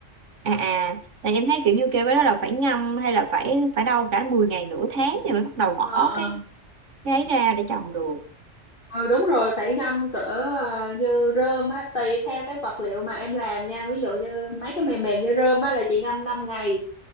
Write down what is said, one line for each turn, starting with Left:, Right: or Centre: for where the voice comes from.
Right: à à tại em thấy kiểu như kêu cái đó là phải ngâm hay là phải phải đâu cả 10 ngày nửa tháng thì mới bắt đầu bỏ
Left: Ờ, ờ.
Right: cái cái ấy ra để trồng được
Left: ừ đúng rồi phải ngâm cỡ ờ, như rơm á tùy theo cái vật liệu mà em làm nha ví dụ như mấy cái mềm mềm như rơm á là chị ngâm năm ngày